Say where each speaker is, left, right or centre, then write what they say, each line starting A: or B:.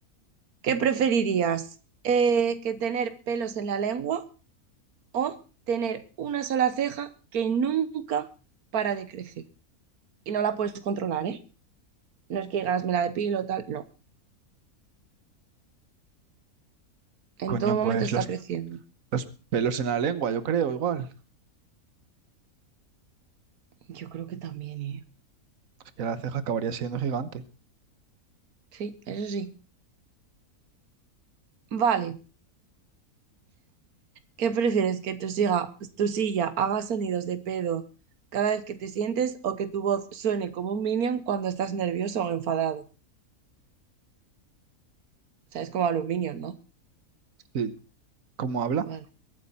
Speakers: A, on the right; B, on the right.
A: ¿qué preferirías? Eh, ¿que tener pelos en la lengua o tener una sola ceja que nunca para de crecer? Y no la puedes controlar, ¿eh? No es que digas, me la depilo o tal, no. En
B: Coño,
A: todo momento
B: pues
A: está
B: los,
A: creciendo.
B: los pelos en la lengua, yo creo, igual.
A: Yo creo que también, ¿eh?
B: Es que la ceja acabaría siendo gigante.
A: Sí, eso sí. Vale. ¿Qué prefieres? ¿Que tu siga- tu silla haga sonidos de pedo cada vez que te sientes o que tu voz suene como un minion cuando estás nervioso o enfadado? O sea, es como a los minions, ¿no?
B: Sí. ¿Cómo habla?
A: Vale.